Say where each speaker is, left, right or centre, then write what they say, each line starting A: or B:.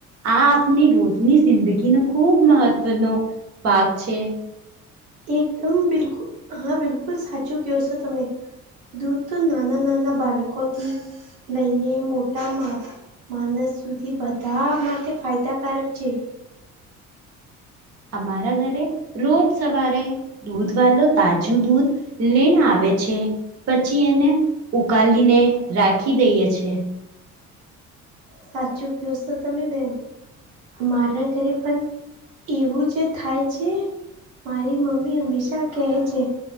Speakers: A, on the right; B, on the right.
A: આ આપણી રોજની જિંદગીનો ખૂબ મહત્વનો ભાગ છે.
B: એકદમ બિલકુલ હા બિલકુલ સાચું કહો છો. તમે દૂધ તો નાના નાના બાળકોથી લઈને. મોટામાં માણસ. માનસ સુધી બધા માટે ફાયદાકારક છે.
A: અમારા ઘરે રોજ સવારે. દૂધ વાલો તાજું દૂધ લેને આવે છે. પછી એને ઉકાલીને રાખી દઈએ છે.
B: સાચું ક છો તમે બેન મારા ઘરે પણ એવું જે થાય છે. મારી મમ્મી હંમેશા કહે છે.